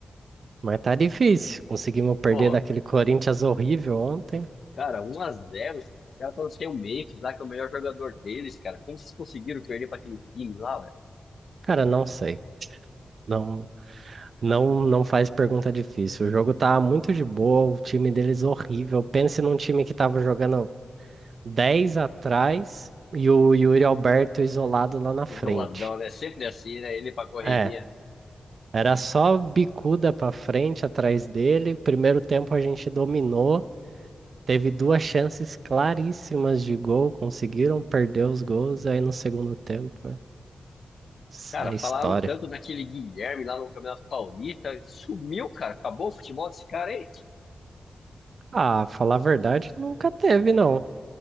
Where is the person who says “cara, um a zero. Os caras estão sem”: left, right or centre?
Left